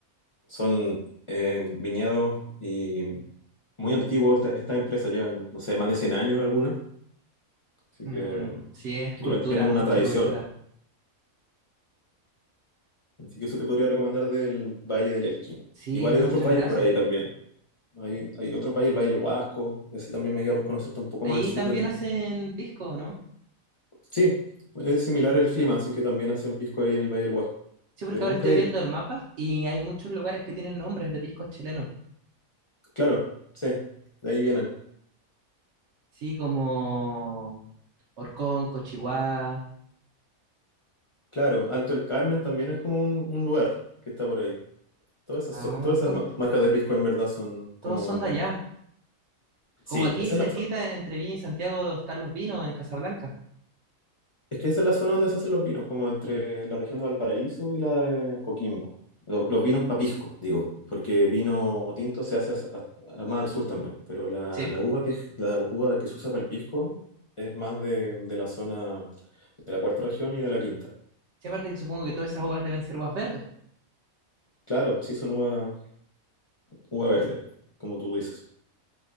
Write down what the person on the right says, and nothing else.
Mm,
sí, es
cultura,
mucha
cultura.
Sí,
muchas
gracias.
Ahí
también
hacen pisco, ¿no?
Sí, porque
ahora
estoy
viendo
el mapa y hay muchos lugares que tienen nombres de piscos chilenos.
Sí, como Orcón, Cochiguá.
Ah,
entonces
todos
son de allá. Como
aquí
cerquita
entre Viña y Santiago están los vinos en Casablanca.
Sí,
sí, aparte que supongo que todas esas uvas deben ser uvas verdes.